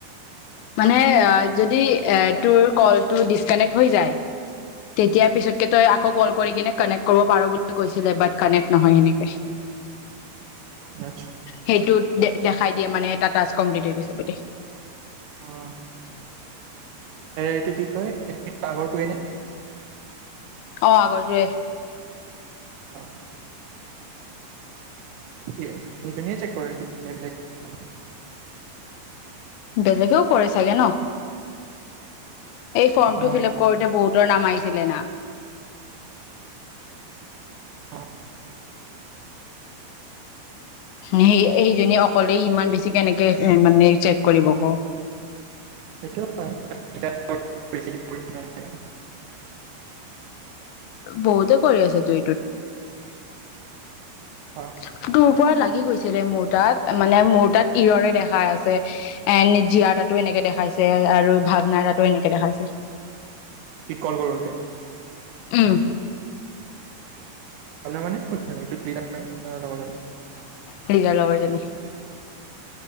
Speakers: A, on the left; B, on the right.
A: মানে যদি তোৰ য তেতিয়া পিছতক তকৌ কল কৰি কিনে পাৰ কৈছিল খানে কৰে নহয় মানে।
B: আচ্ছা
A: সেইটো দে দেখাই দিয়ে মানে এটা ট্ কমপ্লিট হৈ গৈছে বুট
B: অ এ এইটো কি কয় এই আগৰটোৱে নে?
A: অ আগ যে
B: অ সেইটোৱেয়ে চেক কৰে বেলেগ নকৰে।
A: বেলেগেও কৰে চাগে ন এই ফৰ্মটো
B: অ
A: ফিল আপ কৰোতে বহুতৰ নাম আহিছিলে না।
B: অ
A: সেই সেইজনী অকলে ইমান বেছি কেনেকে মানে চেক কৰিব ক
B: সেইটোৱেই হয়।
A: বহুতে কৰি আছ তু এইটোত।
B: অ
A: দুৰ্বল লাগে। লি গৈছিলে মোৰ তাত মানে মোৰ তাত ইৰৰে দেখাই আছে এণ্ড জীয়াৰ তাতো এনেকে দেখাইছে আৰু ভাৱনাৰ তাতো এনেকে দেখাইছে
B: ঠিক কল কৰোতে।
A: উম
B: আনা মানে সেইটো এে সেই লগৰজনি।
A: সেয়া লগৰজনি।